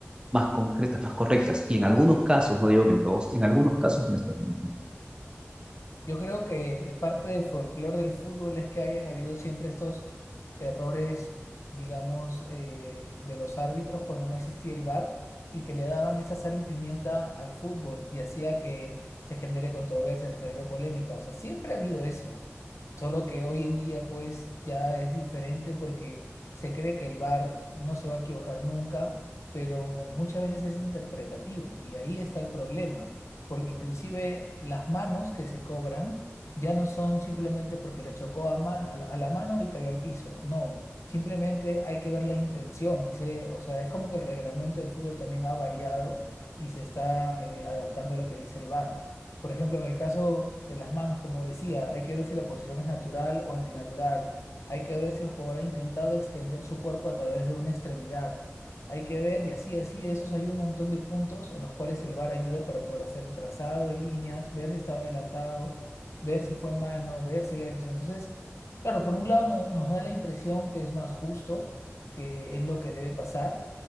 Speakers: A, on the right (about 20°); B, on the left (about 80°).
A: más concretas, más correctas. Y en algunos casos, no digo que en todos, en algunos casos no está haciendo.
B: Yo creo que parte del folclore del fútbol es que hayan habido siempre estos errores, digamos, eh, de los árbitros cuando no existía el VAR y que le daban esa sal y pimienta al fútbol y hacía que se genere controversia, se genere polémica. O sea, siempre ha habido eso. Solo que hoy en día pues ya es diferente porque se cree que el VAR no se va a equivocar nunca, pero muchas veces es interpretativo y ahí está el problema, porque inclusive las manos que se cobran ya no son simplemente porque le chocó a, man- a la, a la mano y cayó al piso, no, simplemente hay que ver la intención, dice, o sea, es como que el reglamento del fútbol también ha variado y se está eh, adaptando a lo que dice el VAR. Por ejemplo, en el caso de las manos, como decía, hay que ver si la posición es natural o antinatural. Hay que ver si el jugador ha intentado extender su cuerpo a través de una extremidad. Hay que ver, y así, así, de esos hay un montón de puntos en los cuales el VAR ayuda para poder hacer el trazado de líneas, ver si estaba adelantado, ver si fue mano, ver si hay agresión. Entonces, claro, por un lado no- nos da la impresión que es más justo, que es lo que debe pasar.